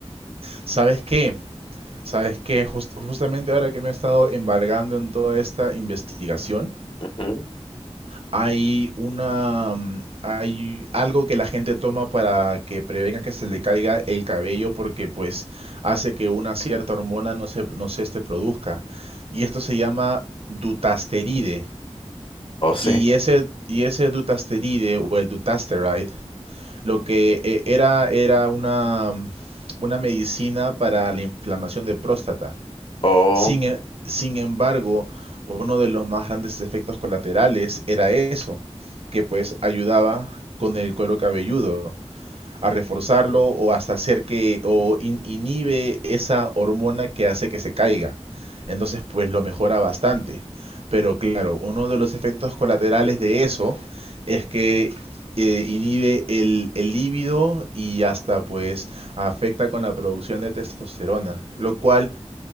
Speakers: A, on the right; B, on the left.
A: ¿Sabes qué? ¿Sabes qué? Jus- justamente ahora que me he estado embargando en toda esta investigación,
B: Ujú.
A: hay una, mm, hay algo que la gente toma para que prevenga que se le caiga el cabello porque pues hace que una cierta hormona no se, no se este, produzca. Y esto se llama dutasteride.
B: Oh, sí.
A: Y ese, y ese dutasteride o el dutasteride Lo que eh, era, era una, una medicina para la inflamación de próstata.
B: Oh,
A: Sin, e- sin embargo, uno de los más grandes efectos colaterales era eso, que pues ayudaba con el cuero cabelludo a reforzarlo o hasta hacer que o in- inhibe esa hormona que hace que se caiga. Entonces, pues lo mejora bastante. Pero claro, uno de los efectos colaterales de eso es que eh, inhibe el, el líbido y hasta pues afecta con la producción de testosterona, lo cual